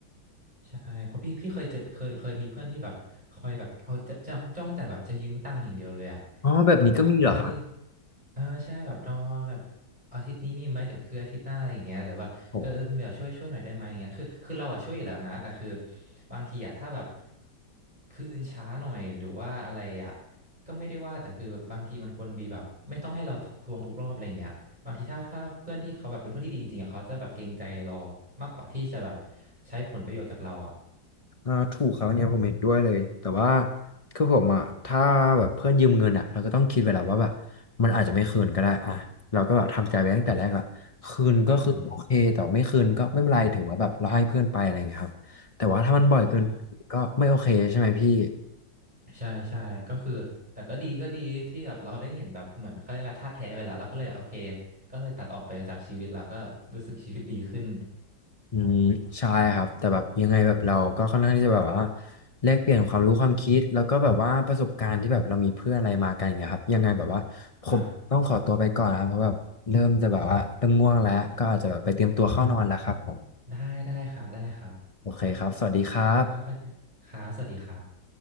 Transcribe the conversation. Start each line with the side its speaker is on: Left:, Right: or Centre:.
Right: ใช่เพราะพี่พี่เคยเจอเคยเคยมีเพื่อนที่แบบคอยแบบเอาจะจ้องจ้องแต่แบบจะยืมตังค์อย่างเดียวเลยอะ
Left: อ๋อแบบนี้ก็มีเหรอครับ
Right: แบบเอ้ยเออใช่แบบนอนแบบอาทิตย์นี้มีไหมเดี๋ยวคืออาทิตย์หน้าอะไรอย่างเงี้ยหรือแบบเออเออมีแบบช่วยช่วยหน่อยได้ไหมอย่างเงี้ยคือคือเราอะช่วยอยู่แล้วนะแต่คือ
Left: โอ้
Right: บางทีอะถ้าแบบคืนช้าหน่อยหรือว่าอะไรอะก็ไม่ได้ว่าแต่คือบางทีมันควรมีแบบไม่ต้องให้เราทวงทุกรอบอะไรอย่างเงี้ย บางทีถ้าถ้าเพื่อนที่เขาแบบเป็นเพื่อนที่ดีจริงๆอะเขาจะแบบเกรงใจเรามากกว่าที่จะแบบใช้ผลประโยชน์จากเราอ่ะ
Left: อ่าถูกครับอันเนี้ยผมเห็นด้วยเลย แต่ว่าคือผมอ่ะถ้าแบบเพื่อนยืมเงินอ่ะเราก็ต้องคิดไว้แล้วว่าแบบมันอาจจะไม่คืนก็ได้อ่ะเราก็แบบทำใจไว้ตั้งแต่แรกละคืนก็คือโอเคแต่ไม่คืนก็ไม่เป็นไรถือว่าแบบเราให้เพื่อนไปอะไรอย่างเงี้ยครับแต่ว่าถ้ามันบ่อยเกินก็ไม่โอเคใช่ไหมพี่
Right: อืมใช่ใช่ใช่ก็คือแต่ก็ดีก็ดีที่แบบเราได้เห็นแบบเหมือนเขาเรียกอะไรธาตุแท้ไปแล้วเราก็เลยโอเคก็เลยตัดออกไปจากชีวิตแล้วก็รู้สึกชีวิตดีขึ้น
Left: อืมใช่ครับแต่แบบยังไงแบบเราก็ค่อนข้างที่จะแบบว่าแลกเปลี่ยนความรู้ความคิดแล้วก็แบบว่าประสบการณ์ที่แบบเรามีเพื่อนอะไรมากันอย่างเงี้ยครับยังไงแบบว่าผมต้องขอตัวไปก่อนนะครับเพราะแบบเริ่มจะแบบว่าเริ่มง่วงแล้วก็อาจจะแบบไปเตรียมตัวเข้านอนแล้วครับผม
Right: ครับได้ได้ครับได้ครับ
Left: โอเคครับสวัสดีครับ
Right: ยังไงก็ค่อยครับสวัสดีครับ